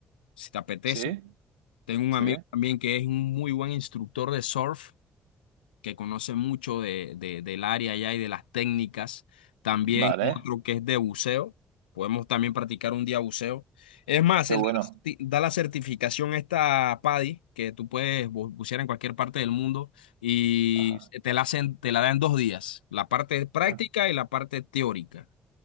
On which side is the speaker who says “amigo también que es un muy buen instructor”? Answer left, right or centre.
Left